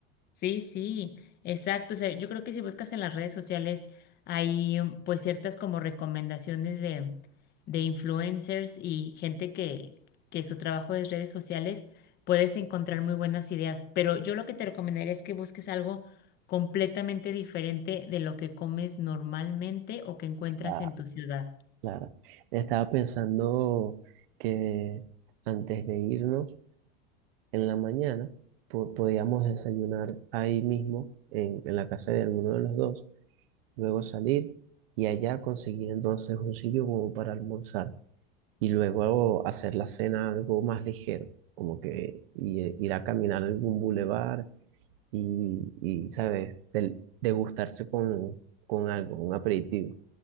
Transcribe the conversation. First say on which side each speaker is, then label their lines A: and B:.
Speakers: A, on the left (about 35°); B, on the right (about 70°).
A: Sí, sí, exacto. O sea, yo creo que si buscas en las redes sociales hay um, pues ciertas como recomendaciones de, de influencers y gente que, que su trabajo es redes sociales, puedes encontrar muy buenas ideas. Pero yo lo que te recomendaría es que busques algo completamente diferente de lo que comes normalmente o que encuentras
B: Claro,
A: en tu ciudad.
B: claro. Estaba pensando que antes de irnos, en la mañana, po- podíamos desayunar ahí mismo, en, en la casa de alguno de los dos, luego salir y allá conseguir entonces un sitio como para almorzar. y luego hacer la cena algo más ligero, como que i- ir a caminar a algún bulevar y, y, ¿sabes? Del- degustarse con, con algo, un aperitivo.